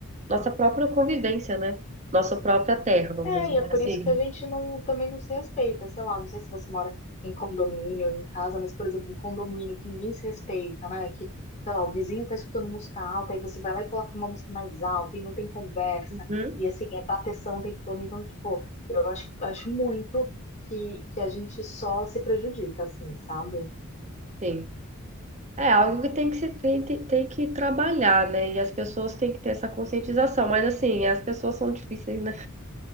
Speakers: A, on the right; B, on the left.
A: nossa própria convivência, né? Nossa própria terra, vamos
B: É,
A: dizer
B: e é por
A: assim.
B: isso que a gente não, também não se respeita, sei lá, não sei se você mora em condomínio, em casa, mas, por exemplo, em condomínio que ninguém se respeita, né? Que, sei lá, o vizinho tá escutando música alta, aí você vai lá e coloca uma música mais alta e não tem conversa,
A: Uhum,
B: e assim, é bateção o tempo todo. Então, tipo, eu acho, acho muito que, que a gente só se prejudica, assim, sabe?
A: sim. É algo que tem que se tem, tem, tem que trabalhar, né? E as pessoas têm que ter essa conscientização. Mas assim, as pessoas são difíceis, né?